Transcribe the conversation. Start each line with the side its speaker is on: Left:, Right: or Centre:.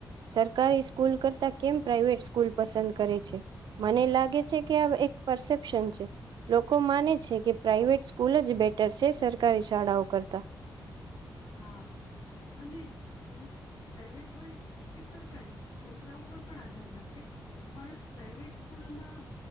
Right: સરકારી સ્કૂલ કરતા કેમ પ્રાઇવેટ સ્કૂલ પસંદ કરે છે. મને લાગે છે. કે આ એક પરસેપ્શન છે. લોકો માને છે કે પ્રાાઈવેટ સ્કૂલ જ બેટર છે. સરકારી શાળાઓ કરતા.
Left: હા અને સ્કૂલ પ્રાઇવેટ હોય કે સરકારી છોકરા ઉપર પણ આધાર રાખે પણ પ્રાાઈવેટ સ્કૂલમાં